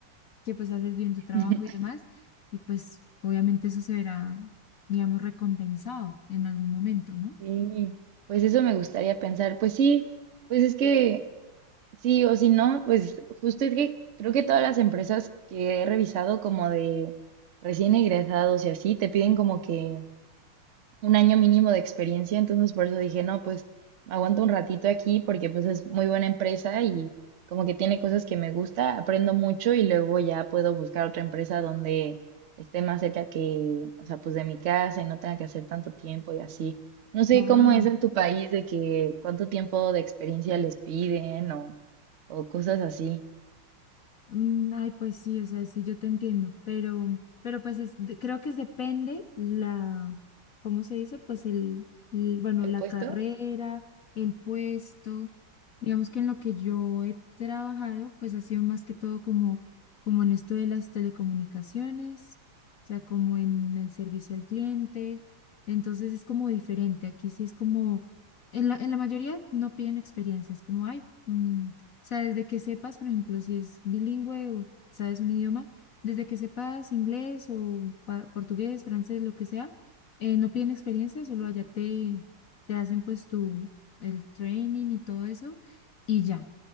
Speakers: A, on the left (about 50°); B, on the right (about 45°).
A: que pues haces bien tu
B: <laughs>
A: trabajo y demás y pues obviamente eso se verá, digamos, recompensado en algún momento, ¿no?
B: Sí, pues eso me gustaría pensar. Pues sí, pues es que sí o si no, pues justo es que creo que todas las empresas que he revisado como de recién egresados y así, te piden como que un año mínimo de experiencia, entonces por eso dije, no, pues me aguanto un ratito aquí porque pues es muy buena empresa y como que tiene cosas que me gusta, aprendo mucho y luego ya puedo buscar otra empresa donde esté más cerca que, o sea, pues de mi casa y no tenga que hacer tanto tiempo y así. No sé
A: Claro.
B: cómo es en tu país de que cuánto tiempo de experiencia les piden o, o cosas así.
A: Mm, Ay, pues sí, o sea, sí, yo te entiendo, pero, pero pues es, de- creo que es depende la, ¿cómo se dice? Pues el, el- bueno,
B: ¿El
A: la
B: puesto?
A: carrera, el puesto, digamos que en lo que yo he trabajado, pues ha sido más que todo como, como en esto de las telecomunicaciones, o sea, como en el servicio al cliente, entonces es como diferente, aquí sí es como, en la, en la mayoría no piden experiencia, es como, ay, mm, o sea, desde que sepas, por ejemplo, si es bilingüe o sabes un idioma, desde que sepas inglés o pa- portugués, francés, lo que sea, eh, no piden experiencia, solo allá te, te hacen pues tu, el training y todo eso y ya.